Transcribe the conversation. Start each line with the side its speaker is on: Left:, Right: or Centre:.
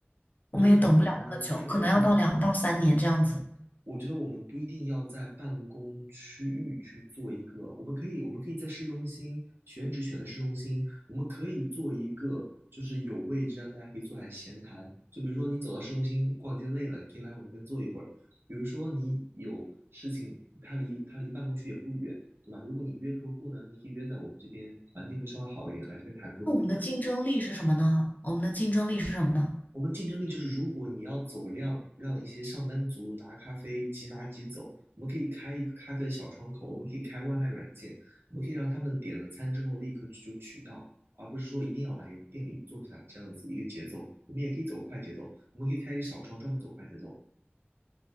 Right: 我觉得很简单啊，
Left: 我们也等不了那么久，
Right: 就是我们
Left: 可能要到两到三年这样子。
Right: 我觉得我们不一定要在办公区域去做一个，我们可以，我们可以在市中心，选址，选在市中心，我们可以做一个，就是有位置让大家可以坐下来闲谈。就比如说你走到市中心逛街累了，你可以来我们这边坐一会儿。比如说你有事情，它离它离办公区也不远，对吧？如果你约客户呢，你可以约在我们这边，环境会稍微好一点，来这边谈客户。
Left: 那我们的竞争力是什么呢？我们的竞争力是什么呢？
Right: 我们的竞争力就是，如果你要走量，让一些上班族拿咖啡即拿即走，我们可以开一个咖啡的小窗口，我们可以开外卖软件，我们可以让他们点了餐之后立刻就取到，而不是说一定要来店里坐下这样子一个节奏。我们也可以走快节奏，我们可以开一个小窗专门走快节奏。